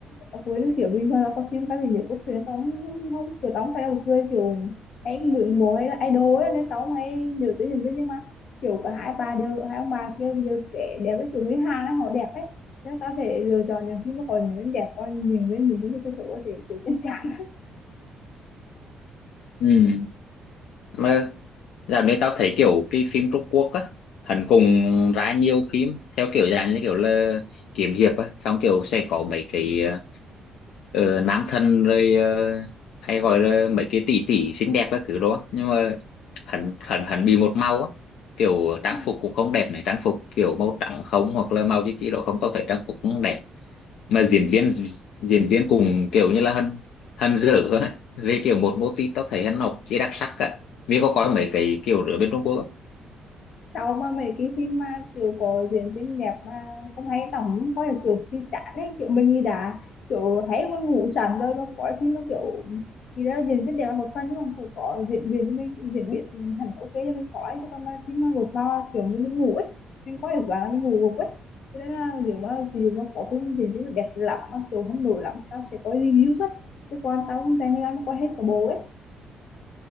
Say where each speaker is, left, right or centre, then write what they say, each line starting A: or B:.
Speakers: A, on the left (about 65°); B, on the left (about 80°).
A: tao cuối được kiểu bình thường tao coi phim tao thì nhiều cốt truyện tao không không kiểu tao không phải là một người kiểu hay ngưỡng mộ hay là idol ấy nên tao không hay nhớ tới diễn viên nhưng kiểu cả hai ba đều hai ông bà kia đều trẻ đẹp ấy kiểu người Hàn ấy họ đẹp ấy thế nên tao sẽ lựa chọn những phim mà còn những bên đẹp còn những bên những cái số số thì kiểu chân chạc
B: ừ. mà dạo này tao thấy kiểu cái phim Trung Quốc á hẳn cùng ra nhiều phim theo kiểu dạng như kiểu là kiếm hiệp á xong kiểu sẽ có mấy cái ờ, ở nam thần rồi ờ, hay gọi là mấy cái tỷ tỷ xinh đẹp các thứ đó nhưng mà hẳn hẳn hẳn bị một màu á kiểu trang
A: Ừ.
B: phục cũng không đẹp này trang phục kiểu màu trắng không hoặc là màu chỉ chỉ độ không tao thấy trang phục cũng đẹp mà diễn viên diễn viên cũng kiểu như là hân hân dở á về kiểu một mô típ tao thấy hân học chỉ đặc sắc á vì có coi mấy cái kiểu rửa bên Trung Quốc á.
A: sau mà mấy cái phim mà kiểu có diễn viên đẹp mà không hay tao cũng coi được kiểu phim chán ấy kiểu mình đi đã kiểu hay muốn ngủ sẵn rồi mà có phim mà kiểu thì ra diễn viên đẹp là một phần nhưng mà phải có diễn viên cho mình diễn viên hẳn ok cho mình coi chứ còn mà phim mà gột bao kiểu mình muốn ngủ ấy mình coi được và mình ngủ gục ấy cho nên là nếu mà ví dụ mà có phim diễn viên mà đẹp lắm mà kiểu không nổi lắm tao sẽ coi review thôi chứ còn tao không dành thời gian mà coi hết cả bộ ấy